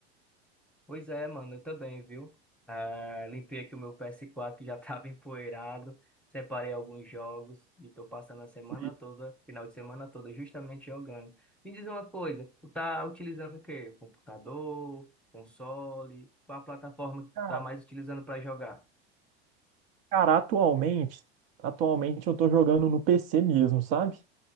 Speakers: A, in the centre; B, on the right.
A: Pois é, mano, eu também, viu? Ah, limpei aqui o meu PS4 que já tava <laughs> empoeirado, separei alguns jogos e tô passando a semana
B: Sim.
A: toda, final de semana toda, justamente jogando. Me diz uma coisa, tu tá utilizando o quê? Computador, console? Qual a plataforma que tu
B: Cara,
A: tá mais utilizando pra jogar?
B: cara, atualmente, atualmente eu tô jogando no PC mesmo, sabe?